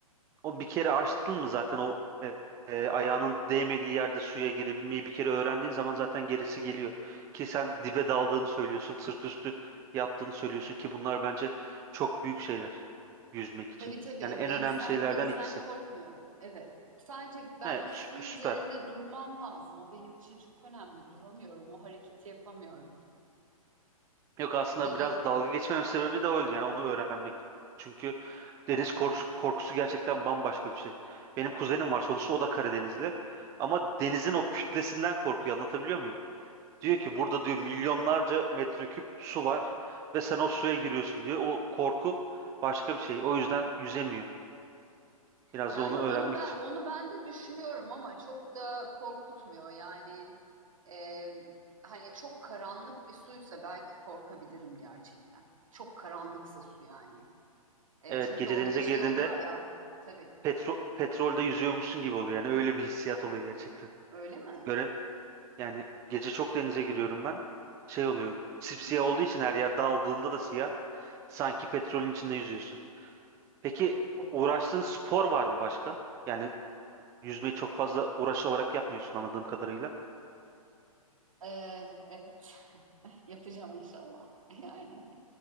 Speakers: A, on the right (about 15°); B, on the right (about 60°).
A: O bir kere açtın mı zaten o e, e, ayağının değmediği yerde suya girebilmeyi bir kere öğrendiğin zaman zaten gerisi geliyor. Ki sen dibe daldığını söylüyorsun, sırt üstü yattığını söylüyorsun ki bunlar bence çok büyük şeyler yüzmek için.
B: Tabii tabii
A: Yani en
B: denizden
A: önemli şeylerden
B: denizden
A: ikisi.
B: korkmuyorum. Evet. Sadece ben
A: He,
B: su
A: süper,
B: üzerinde
A: süper.
B: durmam lazım. O benim için çok önemli. Duramıyorum. O hareketi yapamıyorum.
A: Yok aslında
B: Ve i-
A: biraz dalga geçmemin sebebi de o yani onu öğrenmek. Çünkü deniz kor- korkusu gerçekten bambaşka bir şey. Benim kuzenim var sonuçta o da Karadenizli. Ama denizin o kütlesinden korkuyor anlatabiliyor muyum?
B: Hmm.
A: Diyor ki burada diyor milyonlarca metreküp su var ve sen o suya giriyorsun diyor. O korku başka bir şey. O yüzden yüzemiyor. Biraz
B: Yani
A: da onu
B: onu
A: öğrenmek
B: ben
A: için.
B: onu ben de düşünüyorum ama çok da korkutmuyor. Yani e, hani çok karanlık bir suysa belki korkabilirim gerçekten. Çok karanlıksa su yani. E,
A: Evet
B: çünkü
A: gece
B: orada
A: denize
B: şey
A: girdiğinde
B: oluyor ya. Tabii.
A: petro petrolde yüzüyormuşsun gibi oluyor. Yani öyle bir hissiyat oluyor gerçekten.
B: Öyle mi?
A: Göre yani gece çok denize giriyorum ben. Şey oluyor. Sipsiyah
B: Hmm.
A: olduğu için her yer daldığında da siyah. Sanki petrolün içinde yüzüyorsun. Peki
B: O-
A: uğraştığın spor var mı başka? Yani yüzmeyi çok fazla uğraşı olarak yapmıyorsun anladığım kadarıyla.
B: E, evet. Yapacağım inşallah. <laughs> Yani